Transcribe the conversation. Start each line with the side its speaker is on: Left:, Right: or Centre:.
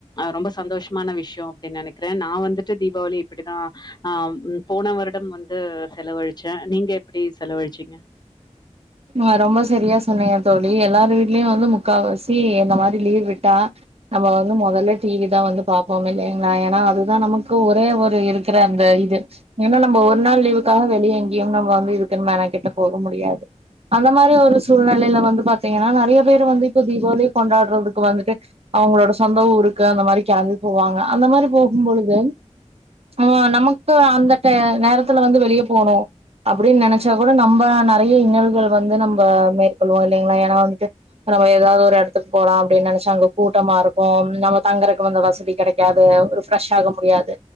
Left: ரொம்ப சந்தோஷமான விஷயம் அப்டின்னு நனைக்கறேன் நான் வந்துட்டு தீபாவளி இப்டிதா ஆ போன வருடம் வந்து செலவழிச்சேன் நீங்க எப்டி செலவழிச்சீங்க
Right: ஹ ரொம்ப சரியா சொன்னீங்க தோழி எல்லார வீட்லயும் வந்து முக்கால் வாசி இந்த மாரி லீவ் விட்டா நம்ம வந்து மொதல்ல டிவி தா வந்து பாப்போம் இல்லைங்கலா ஏன்னா அதுதான் நமக்கு ஒரே ஒரு இருக்கற அந்த இது ஏனா நம்ம ஒரு நாள் லீவுக்காக வெளிய எங்கேயும் நம்ம வந்து இருக்குன்னு மேனக்கெட்டு போக முடியாது அந்த மாரி ஒரு சூழ்நிலைல வந்து பாத்தீங்கன்னா நறைய பேர் வந்து இப்ப தீபாவளி கொண்டாடுறதுக்கு வந்துட்டு அவங்களோட சொந்த ஊருக்கு அந்த மாரி கெளம்பி போவாங்க அந்த மாரி போகும் பொழுது ஆமா நமக்கு அந்த நேரத்துல வந்து வெளியே போணும் அப்டின்னு நனைச்சா கூட நம்ம நறைய இன்னல்கள் வந்து நம்ம மேற்கொள்வோம் இல்லைங்களா ஏன்னா வந்துட்டு நம்ம ஏதாது ஒரு எடத்துக்கு போலாம் அப்டின்னு நனச்சா அங்க கூட்டமா இருக்கும் நம்ம தங்குறக்கு அங்க வசதி கடைக்கும் யாது ஒரு பிரெஷ் ஆக முடியாது